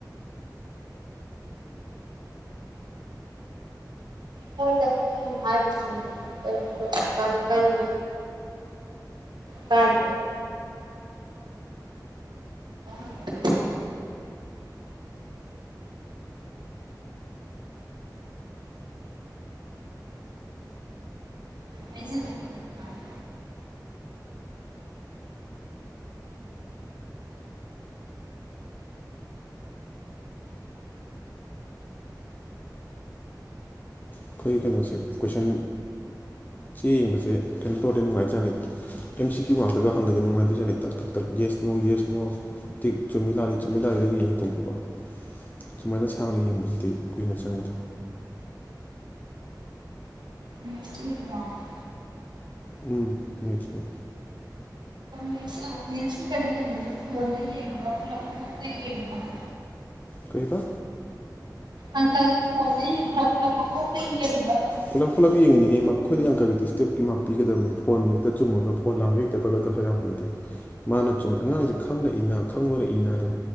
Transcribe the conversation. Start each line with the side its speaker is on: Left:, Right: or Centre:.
Right: ꯍꯣꯢꯗ ꯅꯪꯅ ꯍꯥꯢꯗꯣ ꯆꯩꯝꯃꯦꯗ ꯀꯔꯤ ꯀꯔꯤ ꯀꯔꯤ <unintelligible> <unintelligible> ꯍꯥꯢꯖꯜꯂ ꯂꯣꯢꯔꯦ ꯑꯗꯨꯃꯥꯢꯅ
Left: ꯑꯩꯈꯣꯏ ꯀꯩꯅꯣꯁꯦ ꯀꯣꯏꯁꯟ ꯆꯦ ꯌꯦꯡꯕꯁꯦ ꯀꯩꯅꯣ ꯇꯧꯔꯗꯤ ꯅꯨꯡꯉꯥꯏꯖꯥꯠꯅꯤꯗ ꯑꯦꯝ ꯁꯤ ꯀ꯭ꯌꯨ ꯉꯥꯛꯇꯒ ꯍꯪꯉꯗꯤ ꯅꯨꯡꯉꯥꯏꯗꯣꯢ ꯖꯥꯠꯅꯦ ꯇꯛ ꯇꯛ ꯇꯛ ꯌꯦꯁ ꯅꯣ ꯌꯦꯁ ꯅꯣ ꯇꯤꯛ ꯆꯨꯝꯃꯤ ꯂꯥꯜꯂꯤ ꯆꯨꯝꯃꯤ ꯂꯥꯜꯂꯤꯗꯪ ꯌꯦꯡꯉ ꯇꯝꯄꯀꯣ ꯁꯨꯃꯥꯏꯅ ꯁꯥꯡꯅ ꯌꯦꯡꯕꯁꯤꯗꯤ ꯀꯨꯏꯅ ꯆꯪꯉꯤꯗ
Right: <inaudible>
Left: ꯎꯝ ꯎꯝ <inaudible>
Right: ꯃꯦꯁꯀꯤ ꯀꯩꯅꯣ ꯌꯦꯡꯉꯅꯤ ꯐꯣꯟꯗ ꯌꯦꯡꯕꯔꯣ ꯄꯨꯂꯞ ꯃꯀꯣꯛꯇꯩ ꯌꯦꯡꯕ꯭ꯔꯣ <inaudible>
Left: ꯀꯩꯕ
Right: ꯑꯪꯀꯒꯤ ꯐꯣꯜꯗ ꯌꯦꯡꯕ꯭ꯔꯥ ꯄꯨꯂꯞ ꯃꯀꯣꯛꯇꯩ ꯌꯦꯡꯕ꯭ꯔꯥꯕ
Left: ꯄꯨꯂꯞ ꯄꯨꯂꯞ ꯌꯦꯡꯉꯤꯅꯤꯍꯦ ꯃꯈꯣꯏꯗꯤ ꯑꯪꯀꯒꯤꯗꯤ ꯁ꯭ꯇꯦꯞꯀꯤ ꯃꯥꯥꯛ ꯄꯤꯒꯗꯕꯅꯤ ꯐꯣꯟ ꯍꯦꯛꯇ ꯆꯨꯝꯃꯒ ꯐꯣꯟ ꯂꯥꯥꯟꯕꯩ ꯄꯦꯄ꯭ꯔꯗ ꯂꯣꯢ ꯀꯥꯛꯊꯥꯠ ꯌꯥꯄꯣꯟꯇꯦ ꯃꯥꯅ ꯆꯨꯝꯃꯤ ꯑꯉꯥꯡꯁꯦ ꯈꯪꯅ ꯏꯅ ꯈꯪꯗꯅ ꯏꯅꯗꯣ